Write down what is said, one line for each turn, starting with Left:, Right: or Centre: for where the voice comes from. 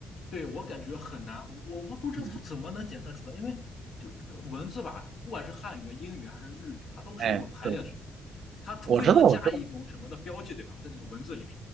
Left: 对，我感觉很难，我我不知道它怎么能检测出来，
Right: 嗯，
Left: 因为就文字吧，不管是汉语、英语还是日语，它都是一种排列组合
Right: 哎，对，
Left: 它除非能加一种什么的标记，
Right: 我知道我知道，
Left: 对吧，在那个文字里面，